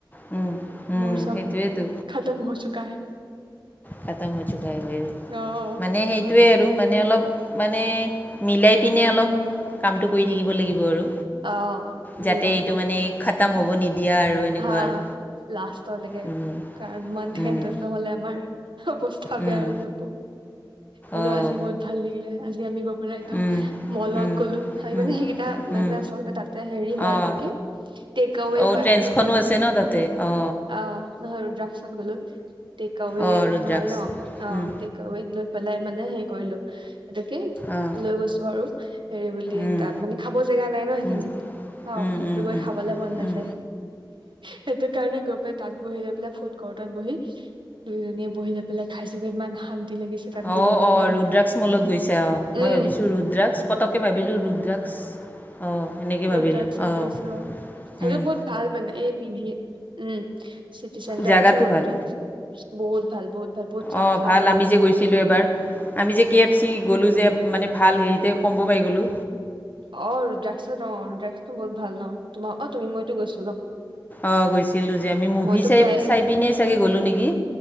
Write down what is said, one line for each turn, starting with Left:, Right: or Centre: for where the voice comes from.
Left: উম, উম,
Right: মোৰ চব
Left: সেইটোৱেতো
Right: খাতাম হ চুকা হে।
Left: খাতাং হ চোকা হে
Right: অ',
Left: মানে
Right: নহয়
Left: সেইটোৱে আৰু মানে অলপ মানে মিলাই পিনে অলপ কামটো কৰি থাকিব লাগিব আৰু।
Right: অ',
Left: যাতে
Right: মিলাই
Left: এইটো
Right: কৰি
Left: মানে খাতাম হ'ব নিদিয়া আৰু। এনেকুৱা
Right: হা
Left: আৰু
Right: লাষ্টলৈকে
Left: উম,
Right: কাৰণ মান্থ
Left: উম,
Right: এণ্ঠত নহলে আমাৰ চব বস্তু ফা
Left: উম,
Right: বেয়া হৈ যাব, হলেও
Left: অঁ
Right: আজি বহুত ভাল লাগিলে আজি আমি গ ত পৰা একদম
Left: উম,
Right: মলত
Left: উম,
Right: গ'লো আমি
Left: উম,
Right: মানে সেইকেইটা
Left: উম,
Right: মানে আচলতে তাত এ হেৰি হয়
Left: অঁ
Right: এইটো কি টেক আৱে
Left: অঁ
Right: হয়
Left: ট্ৰেন্সখনো
Right: মানে
Left: আছে না তাত তে অ
Right: অ নহয় ড্ৰাগছত গ'লো টেক আৱে
Left: অঁ ৰুদ্ৰাক্ষ
Right: হয় ন অ
Left: অঁ
Right: টেক আৱে পেলাই মানে হেৰি কৰিলো পটোকে
Left: অঁ
Right: লৈ গৈছো আৰু হেৰি বুলি
Left: উম,
Right: তাত মানে খাব জেগা নাই ন সেইখিনিত
Left: উম,
Right: অ
Left: উম,
Right: অফিচতো
Left: উম,
Right: গৈ
Left: উম,
Right: খাবলে মন নাযায়
Left: উম।
Right: সেইটো কাৰণে গৈ পাই তাত বহি লৈ পেলাই ফুট কৰ্টত বহি দুইজনীয়ে বহি বেলে খাইছো গৈ ইমান শান্তি লাগিছে। তাত
Left: অঁ
Right: বহি পেলাই
Left: অঁ ৰুদ ড্ৰাগছ মলত গৈছে অঁ
Right: উম
Left: মই ভাবিছোঁ ৰুদ ড্ৰাগছ পটককৈ ভাবিলোঁ ৰুদ ড্ৰাগছ অঁ সেনেকৈ ভাবিলোঁ
Right: ৰুদ্ৰাক্সত
Left: অঁ
Right: গৈছো অ সেইটো
Left: উম!
Right: বহুত ভাল মানে এ পি ভ উম চিটি চেণ্টাৰ
Left: জেগাটো
Right: চ উ
Left: ভাল
Right: বহুত ভাল বহুত ভাল বহুত চাফা
Left: অঁ ভাল
Right: আৰু
Left: আমি
Right: বহুত
Left: যে গৈছিলোঁ
Right: ভাল।
Left: এবাৰ আমি যে কে এফ চি গলো যে মানে ভাল বাৰীতে কম্ব পাই গলো।
Right: অ ৰদ্ৰাগছত অ ৰদ্ৰাগছখন বহুত ভাল ন তোমাৰ অ তুমি মইতো গৈছো ন।
Left: অঁ গৈছিলোঁ যে আমি মুভি
Right: মইতো
Left: চাই
Right: প্ৰায়
Left: চাই পিনে চাগে গ'লোঁ নেকি।